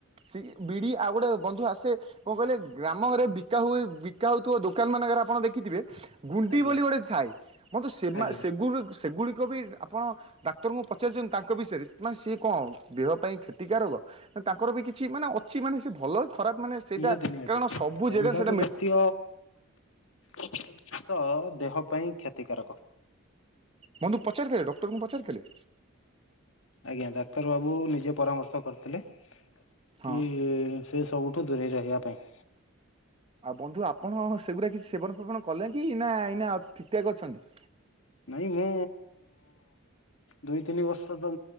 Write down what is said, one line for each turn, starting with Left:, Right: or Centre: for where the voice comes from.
Right: ସେଇ ବିଡ଼ି ଆଉ ଗୋଟେ ବନ୍ଧୁ ଆସେ, କଣ କହିଲେ ଗ୍ରାମରେ ବିକା ହୁଏ। ବିକାହଉଥିବ ଦୋକାନ ମାନଙ୍କରେ ଆପଣ ଦେଖିଥିବେ। ଗୁଣ୍ଡି
Left: ଆଜ୍ଞା
Right: ବୋଲି ଗୋଟେ ଥାଏ। ମୋତେ ସେ
Left: ଆଜ୍ଞା
Right: ମା ସେଗୁ ସେଗୁଡିକ କବି ଆପଣ ଡାକ୍ତରଙ୍କୁ ପଚାରିଛନ୍ତି ତାଙ୍କ ବିଷୟରେ ମାନେ ସିଏ କଣ ଦେହ ପାଇଁ କ୍ଷତି ଟିକା ରୋଗ ତାଙ୍କର ବି କିଛି ମାନେ ଅଛି। ମାନେ ସେ ଭଲ ଖରାପ ମାନେ ସେଇଟା
Left: ନିହାତି ନିହାତି
Right: କାରଣ ସବୁ
Left: ତମ୍ବାଖୁ
Right: ଜାଗାରେ ସେଇଟା ମିଳି
Left: ଜାତୀୟ <unintelligible> ଦେହ ପାଇଁ କ୍ଷତିକାରକ।
Right: ବନ୍ଧୁ ପଚାରିଥିଲେ। ଡକ୍ଟରଙ୍କୁ ପଚାରିଥିଲେ?
Left: ଆଜ୍ଞା ଡାକ୍ତର ବାବୁ ନିଜେ ପରାମର୍ଶ କରିଥିଲେ।
Right: ହଁ
Left: କି ସେ ସବୁଠୁ ଦୂରେଇ ରହିବା ପାଇଁ।
Right: ଆଉ ବନ୍ଧୁ ଆପଣ ସେଗୁଡା କିଛି ସେବନ ଫେବନ କଲେ କି ନା ଏଇନା ଠିକ୍ ଠାକ୍ ଅଛନ୍ତି।
Left: ନାଇଁ ମୁଁ ଦୁଇ ତିନି ବର୍ଷ ତ